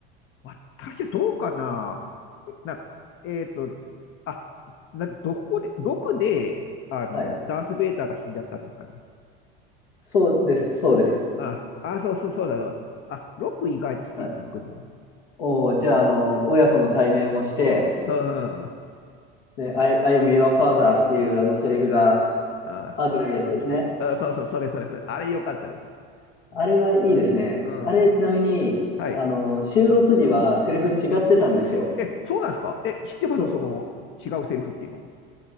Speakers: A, on the left; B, on the left.
A: 私どうかなえなんか、えっと、あ、な、どこで、どこで、あの、
B: はい。
A: ダース・ベイダーが死んじゃったんですかね。
B: そうです、そうです。
A: あ、あ、そうそうそうだろう。あ、ロック意外と好きでした、
B: はい
A: 僕も。
B: おーじゃあ、あの、親子の対面をして、
A: うん、うん。
B: で、I, I am your father っていうあのセリフが
A: あ、
B: あるやつですね。
A: あそうそう、それそれそれ。あれ良かったです。
B: あれがいいですね。
A: うん。うん
B: あれ、ちなみに、
A: はい。
B: あの、収録時はセリフ違ってたんですよ。
A: はいえ、そうなんですかえ、知ってますその、
B: そ
A: 違うセリフっていうの。